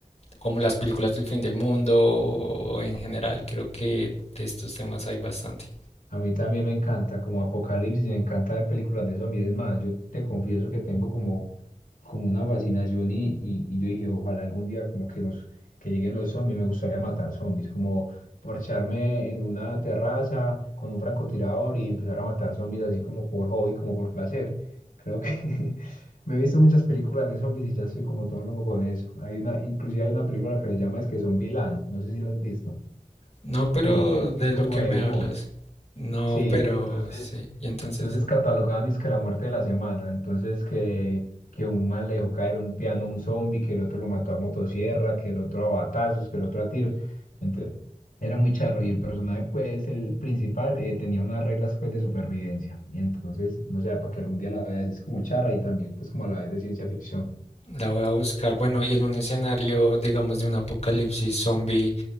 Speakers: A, on the left; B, on the left.
A: como las películas del fin del mundo o en general. Creo que de estos temas hay bastante.
B: A mí también me encanta, como Apocalipsis, me encanta ver películas de zombies. Es más, yo te confieso que tengo como, como una fascinación y, y, y yo dije, ojalá algún día como que nos, que lleguen los zombies, me gustaría matar zombies, como parcharme en una terraza con un francotirador y empezar a matar zombies así como por hobby, como por placer. Creo que <laughs> me he visto muchas películas de zombies y ya soy como todo loco con eso. Hay una, inclusive hay una película que se llama es que Zombieland, no sé si la has visto.
A: No, pero
B: No,
A: de
B: es como
A: lo que
B: de
A: me
B: humor.
A: hablas. No,
B: Sí,
A: pero
B: y entonces,
A: sí. Y entonces
B: entonces catalogaban es que la muerte de la semana, entonces que, que un man le dejó caer un piano a un zombie, que el otro lo mató a motosierra, que el otro a batazos, que el otro a tiros. Entonces, era muy charro y el personaje, pues, el principal, eh, tenía unas reglas, pues, de supervivencia. Y entonces, no sé, para que algún día la veas, es como charra y también, pues, como a la vez de ciencia ficción.
A: la voy a buscar. Bueno, y en un escenario, digamos, de un apocalipsis zombie,